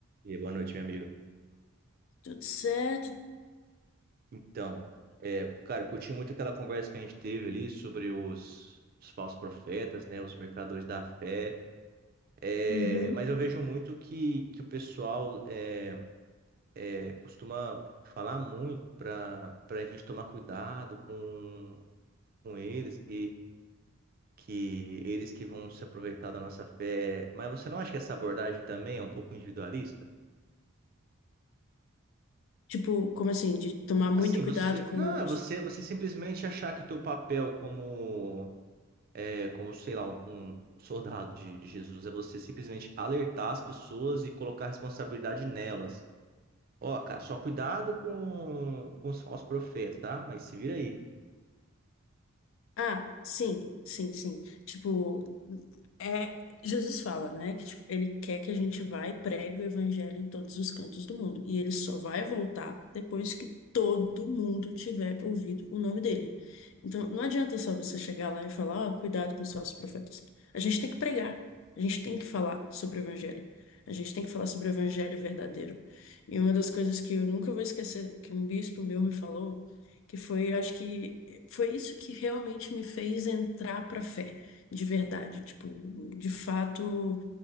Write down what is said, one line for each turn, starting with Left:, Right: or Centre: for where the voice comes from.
Right: E aí, boa noite, minha amiga.
Left: Tudo certo.
Right: Então, é, cara, eu curti muito aquela conversa que a gente teve ali sobre os, os falsos profetas, né, os mercadores da fé. É,
Left: Uhum.
Right: mas eu vejo muito que, que o pessoal é, é, costuma falar muito para para a gente tomar cuidado com, com eles, que, que eles que vão se aproveitar da nossa fé. Mas você não acha que essa abordagem também é um pouco individualista?
Left: Tipo, como assim? De tomar muito
Right: Assim,
Left: cuidado
Right: você, não,
Left: com
Right: é
Left: os
Right: você, você simplesmente achar que o teu papel como é como, sei lá, um, um soldado de, de Jesus. É você simplesmente alertar as pessoas e colocar a responsabilidade nelas. Ó, cara, só cuidado com, com os falsos profetas, tá? Mas se vira aí.
Left: Ah, sim, sim, sim. Tipo, é, Jesus fala, né, que tipo, ele quer que a gente vá e pregue o evangelho em todos os cantos do mundo. E ele só vai voltar depois que todo mundo tiver ouvido o nome dele. Então, não adianta só você chegar lá e falar, ó, cuidado com os falsos profetas. A gente tem que pregar. A gente tem que falar sobre o evangelho. A gente tem que falar sobre o evangelho verdadeiro. E uma das coisas que eu nunca vou esquecer que um bispo meu me falou que foi, acho que foi isso que realmente me fez entrar para a fé, de verdade, tipo, de fato,